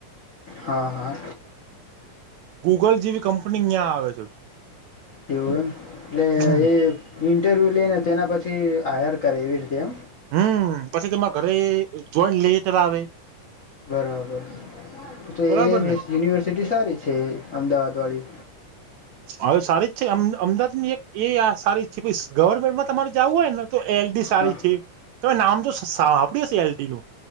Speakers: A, on the left; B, on the right.
A: હા હા
B: ગૂગલ જેવી કંપની ઈયા આવે છે.
A: તેવું એમ એટલે
B: હમ.
A: એ ઇન્ટરવ્યૂ લે ને તેના પછી હાયર કરે એવી રીતે એમ?
B: હમ પછી તમારે ઘરે જોઈન લેટર આવે
A: બરાબર તો
B: બરાબર
A: એ યુનિવર્સિટી
B: ને
A: સારી છે અમદાવાદવાળી
B: હવે સારી જ છે અમ અમદાવાદની એક એ આ સારી જ છે ભઈ ગવર્મેન્ટમાં તમારે જાવું હોય ને તો એલડી સારી
A: હા
B: છે. તમે નામ તો સા સાંભળ્યું હશે એલડીનું